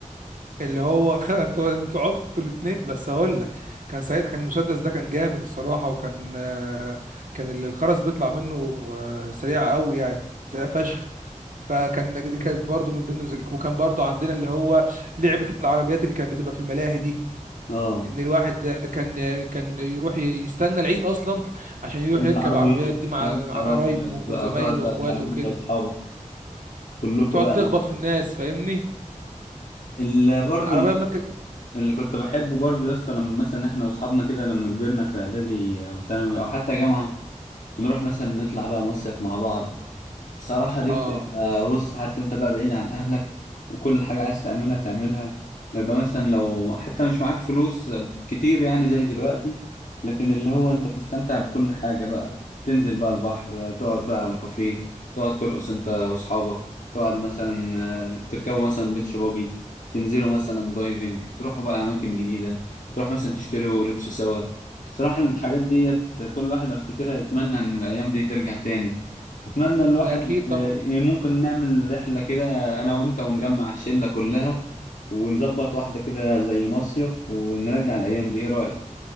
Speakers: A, on the right (about 80°); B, on the left (about 70°).
A: اللي هو <laughs> انتوا انتوا عبتوا انتوا الاثنين بس هقول لك كان سعيد كان المسدس ده كان جامد الصراحه وكان آه، كان ال- الخرز بيطلع منه آه، سريع قوي يعني سريع فشخ فكان دي كانت برضه من ضمن الذك- وكان برضه عندنا اللي هو لعبه العربيات اللي كانت بتبقى في الملاهي دي
B: اه
A: ان الواحد كان كان يروح ي- يستنى العيد اصلا عشان يروح
B: عشان العربيات
A: يركب العربيات دي مع
B: يا
A: مع
B: نهار
A: قرايبه
B: ابيض بقى
A: وزمايله
B: وتقعد بقى
A: واخواته
B: تلعب
A: وكده
B: انت واصحابك كلكم
A: تقعد
B: بقى
A: تخبط في الناس فاهمني
B: اللي برضه
A: العربيه
B: اللي كنت
A: ما كان-
B: اللي كنت بحبه برضه لسه لما مثلا احنا واصحابنا كده لما كبرنا في اعدادي او ثانوي او حتى جامعه ونروح مثلا نطلع بقى مصيف مع بعض صراحة دي
A: اه
B: بتبقى بص عارف انت بقى بعيد عن اهلك وكل حاجة عايز تعملها تعملها ويبقى مثلا لو حتى مش معاك فلوس كتير يعني زي دلوقتي لكن اللي هو انت بتستمتع بكل حاجة بقى تنزل بقى البحر تقعد بقى على كافيه تقعد ترقص انت واصحابك تقعد مثلا آه، تركبوا مثلا بيتش باجي تنزلوا مثلا دايفنج تروحوا بقى اماكن جديدة تروح مثلا تشتروا لبس سوا صراحة الحاجات ديت كل واحد افتكرها يتمنى ان الايام دي ترجع تاني بتمنى الواحد
A: ده اكيد طبعا
B: إيه، ممكن نعمل رحلة كده أنا وأنت ونجمع الشلة كلها ونظبط واحدة كده زي مصيف ونرجع الأيام دي إيه رأيك؟